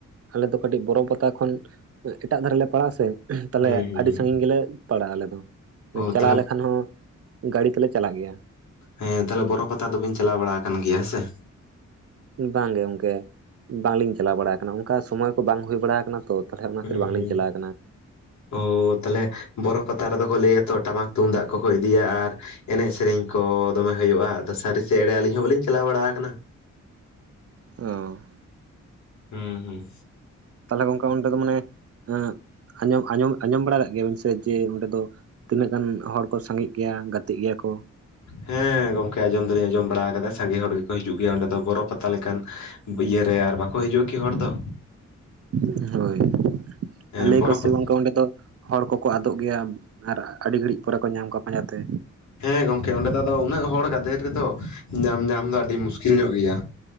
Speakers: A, on the right; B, on the left.
A: ᱟᱞᱮ ᱫᱚ ᱠᱟᱹᱴᱤᱡ ᱵᱚᱨᱚ ᱯᱟᱛᱟ ᱠᱷᱚᱱ ᱮᱴᱟᱜ ᱫᱷᱟᱨᱮ ᱞᱮ ᱯᱟᱲᱟᱜ ᱟ ᱥᱮ ᱛᱟᱦᱞᱮ
B: ᱦᱩᱸ ᱦᱩᱸ
A: ᱟᱹᱰᱤ ᱥᱟᱺᱜᱤᱧ ᱜᱮᱞᱮ ᱯᱟᱲᱟᱜᱼᱟ, ᱟᱞᱮ ᱫᱚ
B: ᱚ
A: ᱪᱟᱞᱟᱣ
B: ᱛᱟᱦᱚᱞᱮ
A: ᱞᱮᱠᱷᱟᱱ ᱦᱚᱸ ᱜᱟᱹᱰᱤ ᱛᱮᱞᱮ ᱪᱟᱞᱟᱜ ᱜᱮᱭᱟ᱾
B: ᱦᱮᱸ ᱛᱟᱦᱞᱮ ᱵᱚᱨᱚ ᱯᱟᱛᱟ ᱫᱚ ᱵᱟᱹᱧ ᱪᱟᱞᱟᱣ ᱵᱟᱲᱟ ᱟᱠᱟᱱ ᱜᱮᱭᱟᱸ ᱥᱮ?
A: ᱵᱟᱝ ᱜᱮ ᱜᱚᱢᱠᱮ, ᱵᱟᱝ ᱞᱤᱧ ᱪᱟᱞᱟᱣ ᱵᱟᱲᱟᱠᱟᱱᱟ᱾ ᱚᱱᱠᱟ ᱥᱚᱢᱚᱭ ᱠᱚ ᱵᱟᱝ ᱦᱩᱭ ᱵᱟᱲᱟ ᱟᱠᱟᱱᱟ᱾ ᱛᱚ ᱛᱟᱦᱚᱞᱮ ᱚᱱᱟ
B: ᱦᱩᱸ
A: ᱠᱷᱟᱹᱛᱤᱨ ᱵᱟᱝ ᱞᱤᱧ
B: ᱦᱩᱸ
A: ᱪᱟᱞᱟᱣ ᱠᱟᱱᱟ᱾
B: ᱚ ᱛᱟᱦᱚᱞᱮ ᱵᱚᱨᱚ ᱯᱟᱛᱟ ᱨᱮᱫᱚ ᱠᱚ ᱞᱟᱹᱭᱟ ᱛᱚ ᱴᱟᱢᱟᱠ ᱛᱩᱢᱫᱟᱜ ᱠᱚᱠᱚ ᱤᱫᱤᱭᱟ, ᱟᱨ ᱮᱱᱮᱡ ᱥᱮᱨᱮᱧ ᱠᱚ ᱫᱚᱢᱮ ᱦᱩᱭᱩᱜᱼᱟ? ᱟᱫᱚ ᱥᱟᱹᱨᱤ ᱥᱮ ᱮᱲᱮ ᱟᱹᱞᱤᱧ ᱦᱚᱸ ᱵᱟᱹᱝ ᱞᱤᱧ ᱪᱟᱞᱟᱣ ᱵᱟᱲᱟ ᱟᱠᱟᱱᱟ᱾
A: ᱚᱸ᱾
B: ᱦᱩᱸ ᱦᱩᱸ,
A: ᱛᱟᱦᱚᱞᱮ ᱜᱚᱝᱠᱮ ᱚᱸᱰᱮ ᱫᱚ ᱢᱟᱱᱮ ᱮᱸ ᱟᱸᱡᱚᱢ ᱟᱸᱚᱢ ᱟᱸᱡᱚᱢ ᱵᱟᱲᱟ ᱟᱠᱟᱜ ᱜᱮᱭᱟ. ᱵᱮᱱ ᱥᱮ ᱡᱮ ᱚᱸᱰᱮ ᱫᱚ ᱛᱤᱱᱟᱹᱜ ᱜᱟᱱ ᱦᱚᱲ ᱠᱚ ᱥᱟᱸᱜᱮᱜ ᱜᱮᱭᱟ ᱜᱟᱛᱮᱜ ᱜᱮᱭᱟ ᱠᱚ?
B: ᱦᱮᱸ ᱜᱚᱝᱠᱮ ᱟᱸᱡᱚᱢ ᱫᱚᱞᱤᱧ ᱟᱸᱡᱚᱢ ᱵᱟᱲᱟ ᱠᱟᱫᱟ ᱥᱟᱸᱜᱮ ᱦᱚᱲ ᱜᱮᱠᱚ ᱦᱤᱡᱩᱜ ᱜᱮᱭᱟ, ᱚᱸᱰᱮ ᱫᱚ ᱵᱚᱨᱚ ᱯᱟᱛᱟ ᱞᱮᱠᱟᱱ ᱤᱭᱟᱹᱨᱮ ᱟᱨ ᱵᱟᱠᱚ ᱦᱤᱡᱩᱜᱼᱟ ᱠᱤ ᱦᱚᱲ ᱫᱚ?
A: <unintelligible> ᱦᱚᱭ,
B: ᱦᱮᱸ
A: ᱟᱨ ᱞᱟᱹᱭ
B: ᱵᱚᱨᱚ
A: ᱠᱚ ᱥᱮ
B: ᱯᱟᱛᱟ
A: ᱜᱚᱝᱠᱮ ᱚᱸᱰᱮ ᱫᱚ ᱦᱚᱲ ᱠᱚᱠᱚ ᱟᱫᱚᱜ ᱜᱮᱭᱟ, ᱟᱨ ᱟᱹᱰᱤ ᱜᱷᱟᱹᱲᱤᱡ ᱯᱚᱨᱮ ᱠᱚ ᱧᱟᱢ ᱠᱚᱣᱟ ᱯᱟᱸᱡᱟᱛᱮ᱾
B: ᱦᱮᱸ ᱜᱚᱝᱠᱮ ᱚᱱᱰᱮ ᱫᱚ ᱟᱫᱚ ᱩᱱᱟᱹᱜ ᱦᱚᱲ ᱜᱟᱫᱮᱞ ᱨᱮᱫᱚ ᱧᱟᱢ ᱧᱟᱢ ᱫᱚ ᱟᱹᱰᱤ ᱢᱩᱥᱠᱤᱞ ᱧᱚᱜ ᱜᱮᱭᱟ,